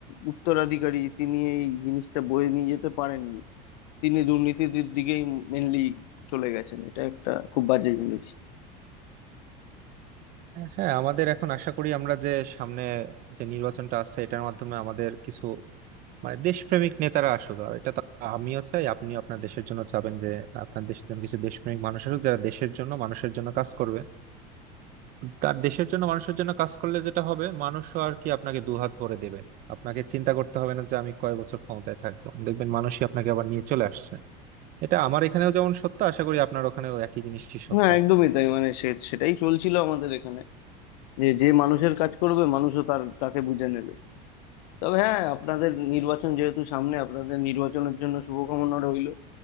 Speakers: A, on the left; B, on the right.
A: উত্তরাধিকারী তিনি এই জিনিসটা বয়ে নিয়ে যেতে পারেননি তিনি দুর্নীতির দিকেই মেনলি চলে গেছেন এটা একটা খুব বাজে জিনিস
B: হ্যাঁ আমাদের এখন আশা করি আমরা যে সামনে যে নির্বাচনটা আসছে এটার মাধ্যমে আমাদের কিছু মানে দেশপ্রেমিক নেতারা আসুক আর এটা তো আমিও চাই আপনি আপনার দেশের জন্য চাবেন যে আপনার দেশের জন্য কিছু দেশপ্রেমিক মানুষ আসুক যারা দেশের জন্য মানুষের জন্য কাজ করবে তার দেশের জন্য মানুষের জন্য কাজ করলে যেটা হবে মানুষও আর কি আপনাকে দুহাত ভরে দেবে আপনাকে চিন্তা করতে হবে না যে আমি কয় বছর ক্ষমতায় থাকবো দেখবেন মানুষই আপনাকে আবার নিয়ে চলে আসছে এটা আমার এখানেও যেমন সত্য আশা করি আপনার ওখানেও একই জিনিসই সত্য
A: হ্যাঁ একদমই তাই মানে সে সেটাই চলছিল আমাদের এখানে যে যে মানুষের কাজ করবে মানুষও তার তাকে বুঝে নেবে তবে হ্যাঁ আপনাদের নির্বাচন যেহেতু সামনে আপনাদের নির্বাচনের জন্য শুভকামনা রইল